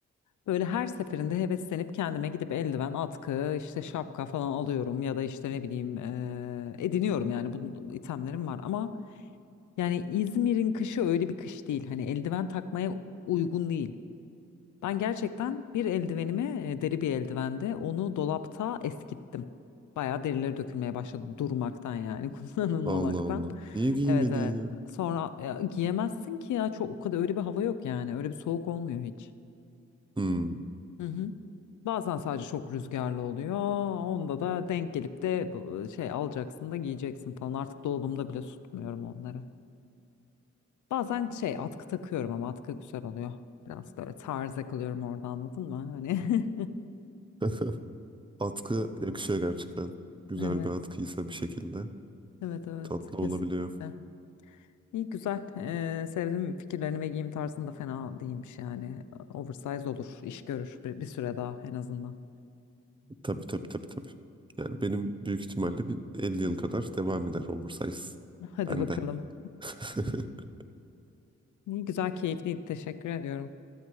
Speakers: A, on the left (about 80°); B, on the right (about 15°).
A: Böyle her seferinde heveslenip kendime gidip eldiven, atkı, işte şapka falan alıyorum ya da işte ne bileyim eee, ediniyorum yani bu itemlerim var ama yani İzmir'in kışı öyle bir kış değil. Hani eldiven takmaya uygun değil. Ben gerçekten bir eldivenimi e, deri bir eldivende onu dolapta eskittim. Bayağı derileri dökülmeye başladı durmaktan yani <laughs> kullanılmamaktan.
B: Allah Allah. Niye giymedin
A: Evet evet.
B: ya?
A: Sonra e, giyemezsin ki ya çok o kadar öyle bir hava yok yani. Öyle bir soğuk olmuyor hiç.
B: Hmm.
A: Hı hı. Bazen sadece çok rüzgarlı oluyor. Onda da denk gelip de bu- şey alacaksın da giyeceksin falan. Artık dolabımda bile tutmuyorum onları. Bazen şey atkı takıyorum ama atkı güzel oluyor. Biraz böyle tarz yakalıyorum orada anladın mı? Hani <laughs>
B: <laughs> Atkı yakışıyor gerçekten. Güzel
A: evet
B: bir atkıysa bir şekilde
A: evet evet
B: tatlı
A: kesinlikle.
B: olabiliyor.
A: İyi güzel. Ee, sevdim fikirlerini ve giyim tarzında fena değilmiş yani. Oversize olur, iş görür bir, bir süre daha en azından.
B: Tabii tabii tabii tabii. Yani benim büyük ihtimalle bir 50 yıl kadar devam eder oversize.
A: Hadi
B: bende.
A: bakalım.
B: <laughs>
A: İyi güzel, keyifliydi. Teşekkür ediyorum.